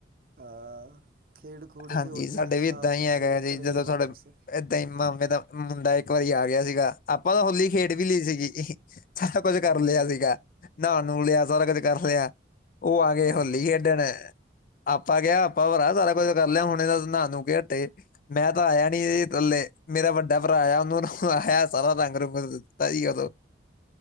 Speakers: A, on the right (about 55°); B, on the left (about 50°).
A: ਅ ਖੇਡ ਖੂਡ
B: ਹਾਂਜੀ
A: ਕੇ ਹੋਲੀ
B: ਸਾਡੇ
A: ਖਾ
B: ਵੀ ਏਦਾਂ
A: ਪੀ
B: ਈ ਹੈਗਾ
A: ਕੇ
B: ਹੈ
A: ਫਿਰ
B: ਜੀ
A: ਘਰੇ
B: ਜਦੋਂ
A: ਵਾਪਸ
B: ਸਾਡੇ ਤੇ ਮਾਮੇ ਦਾ ਮੁੰਡਾ ਇੱਕ ਵਾਰੀ ਆ ਗਿਆ ਸੀਗਾ, ਆਪਾਂ ਤਾਂ ਹੋਲੀ ਖੇਡ ਵੀ ਲਈ ਸੀਗੀ ਜੀ। ਸਾਰਾ ਕੁਛ
A: ਹਮ
B: ਕਰ ਲਿਆ ਸੀਗਾ, ਨਹਾ ਨੂ ਲਿਆ ਸਾਰਾ ਕੁਛ ਕਰ ਲਿਆ ਓ ਆ ਗੇ
A: ਆਹੋ
B: ਹੋਲੀ ਖੇਡਣ ਆਪਾਂ ਕੇਆ ਆਪਾਂ ਵ ਸਾਰਾ ਕੁੱ ਕਰ ਲਿਆ ਹੁਣੇ ਅਸ ਨਾ ਨੂ ਕੀ ਹਟੇ ਮੈਂ ਤਾਂ ਆਇਆ ਨੀ ਥੱਲੇ ਮੇਰਾ ਵੱਡਾ ਭਰਾ ਆਇਆ ਉਨੂੰ ਆਇਆ ਸਾਰਾ ਰੰਗ ਰੁੰਗ <unintelligible>